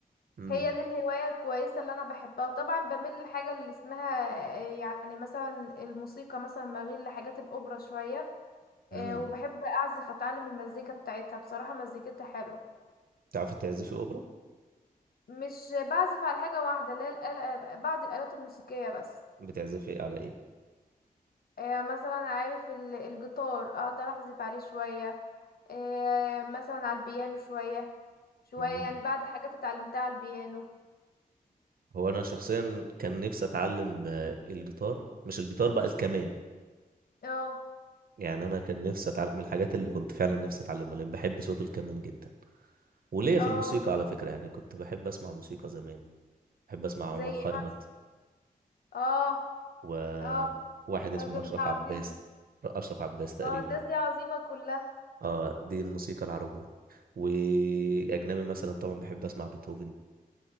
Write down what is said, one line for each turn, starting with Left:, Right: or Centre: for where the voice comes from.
Right: امم
Left: هي دي الهواية الكويسة اللي أنا بحبها وطبعا بميل لحاجة اللي اسمها آه، يعني مثلا الموسيقى مثلا بميل لحاجات الأوبرا شوية آه،
Right: امم
Left: وبحب أعزف أتعلم المزيكا بتاعتها بصراحة مزيكتها حلوة
Right: تعرفي تعزفي اوبرا
Left: مش بعزف على حاجة واحدة لا الآلة بعض الآلات الموسيقية بس
Right: بتعزفي على ايه
Left: آه، مثلا عارف ال- الجيتار أقدر أعزف عليه شوية آه، مثلا على البيانو شوية شوية
Right: امم
Left: يعني بعض الحاجات اتعلمتها على البيانو
Right: هو انا شخصيا كان نفسي اتعلم آه، الجيتار مش الجيتار بقى الكمان
Left: اه
Right: يعني انا كان نفسي اتعلم من الحاجات اللي كنت فعلا نفسي اتعلمها لان بحب صوت الكمان جدا وليا
Left: اه
Right: في الموسيقى على فكره يعني كنت بحب اسمع موسيقى زمان بحب اسمع
Left: زي
Right: عمر
Left: ايه
Right: خيرت
Left: مثلا اه
Right: وواحد
Left: اه
Right: اسمه
Left: الراجل
Right: أشرف
Left: ده عظيم
Right: عباس أشرف عباس تقريبا
Left: اه الناس دي عظيمة كلها
Right: اه دي الموسيقى العربية وأجنبي مثلا طبعا بحب أسمع بيتهوفن